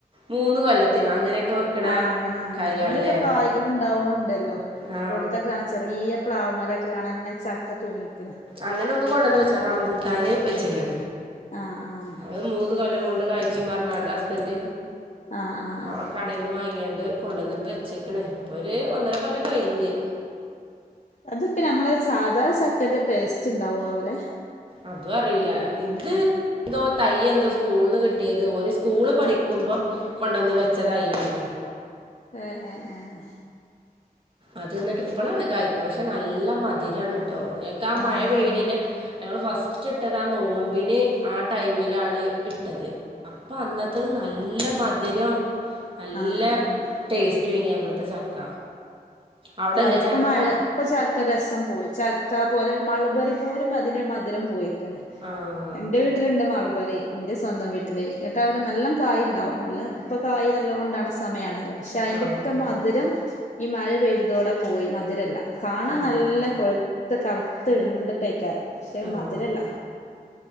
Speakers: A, on the right; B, on the left.
A: മൂന്ന് കൊല്ലത്തിനും അങ്ങനെയൊക്കെ. വെക്കണ
B: ആഹ് അങ്ങനെയ ആ
A: കായ്കളില്ലേ
B: അങ്ങനെയൊക്കെ കായകൾ ഉണ്ടാവണു ഉണ്ടല്ലോ
A: ആ
B: ചരോടത്തൊക്കെ ചെറിയ പ്ലാവ് മലൊക്കെ കാണാ ചക്ക തൂങ്ങിക്ക്ണെ
A: അങ്ങനെ ഒന്ന് കൊണ്ടുവന്ന് വെച്ചാ റമ്പൂട്ടാന് വെച്ചെകണ്.
B: ആഹ് ആഹ്.
A: അത് മൂന്ന് കൊല്ലം കൊണ്ട് കഴിച്ചു പറഞാണ്ട് ഹസ്ബന്റ്
B: ആഹ് ആഹ്
A: അവിടെന്ന് വാങ്ങിയാണ്ട് കൊണ്ടന്ന് വെച്ചേക്കണേ ഇപ്പൊ ഒരു ഒന്നര കൊല്ലം കഴിഞ്ഞ്.
B: അതൊക്കെ നമ്മളെ സാധാ ചക്കന്റെ ടേസ്റ്റ് ഉണ്ടാവും അവോ ലെ.
A: അതും അറീല ഇത് എന്തോ തൈ എന്തോ സ്കൂളിന്ന് കിട്ടിയത് ഓനി സ്കൂള് പഠിക്കുമ്പം കൊണ്ടന്ന് വെച്ച തൈയ്യ് ആണ്.
B: ഏഹ് ഏഹ്
A: അത് നിന്നിട്ട് ഇപ്പളാണ് കായ്ണ പക്ഷെ നല്ല മധുരാണിട്ടോ ഞങ്ങക്ക് ആ
B: ആഹ്
A: മഴ പെയണീന്റെ.
B: ആഹ്
A: ഞങ്ങൾ ഫസ്റ്റ് ഇട്ടത് ആ നോമ്പിന് ആ ടൈമിലാണ് ഇട്ടത്.
B: ആഹ്.
A: അപ്പൊ അന്നത്തത് നല്ല മധുരം നല്ല.
B: ആഹ് ആഹ്
A: ടേസ്റ്റ്യ്നി അന്നത്തെ ചക്ക. അവിടെല്ലേ
B: ആ ഇപ്പ
A: ചക്ക
B: മഴ ഇപ്പൊ ചക്ക രസം പോയി ചക്ക പോലെ മളബറി. പ്പോലും അതിന്റെ മധുരം പോയിക്കണ്.
A: ആഹ്
B: എന്റെ വീട്ടിലുണ്ട് മൾബറി എന്റെ സ്വന്തം വീട്ടിൽ. കേട്ടാ അവടെ നല്ലാം കായ് ഉണ്ടാവും നല്ല ഇപ്പൊ കായ് നല്ലത് കൊണ്ടാണ് സമയമാണല്ലോ പക്ഷെ അതിന്റെയൊക്കെ
A: ആഹ്
B: മധുരം. ഈ മഴ പെയ്തതോടെ പോയി മധുരല്ല കാണാൻ
A: ആഹ്
B: നല്ല കൊയ്യ് ത്ത് കറുത്ത് ഇര്ണ്ടിട്ടേക്കാരം പക്ഷെ
A: ആഹ്
B: മധുരല്ല.